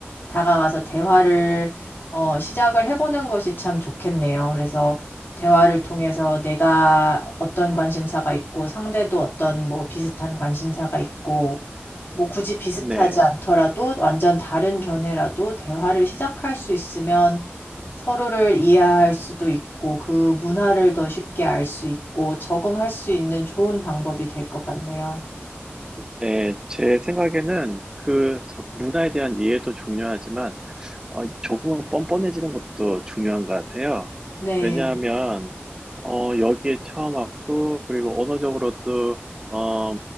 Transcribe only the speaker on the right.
네.
네, 제 생각에는 그 서- 문화에 대한 이해도 중요하지만 어, 조금 뻔뻔해지는 것도 중요한 것 같아요.
왜냐하면, 어, 여기에 처음 왔고, 그리고 언어적으로도, 어,